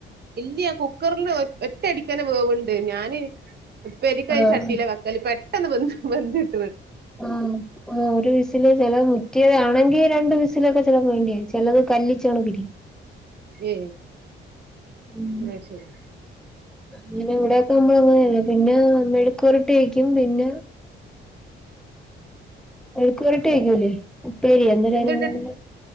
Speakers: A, on the right; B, in the centre.
A: ഇല്ല കുക്കറിന് ഒറ്റ അടിക്കന്നെ വേവ്ണ്ട് ഞാന് ഉപ്പേര്യോക്കെ
B: ആഹ്
A: ചട്ടില വെക്കല് പെട്ടെന്ന് വെന്ത് വെന്ത് -
B: ആ ഒ ഒരു വിസില് ചെല മുറ്റിയതാണെങ്കി രണ്ട് വിസിലൊക്കെ ചെലപ്പൊ വേണ്ടെരും ചെലത് കല്ലിച്ചണക്കിരിക്കും
A: ഏ
B: <unintelligible> മ്
A: അത് ശെരി
B: അങ്ങനെ ഇവിടെക്കാവുമ്പൊ അങ്ങനെയാണ് പിന്നെ മെഴുക്കുപെരട്ടി വെക്കും പിന്നെ മെഴുക്കുപെരട്ടി വെക്കൂലേ. ഉപ്പേരി അന്നേരം
A: എന്ത്‌
B: അതിന്
A: ഇട്ടിട്ട്
B: ഇവിടെ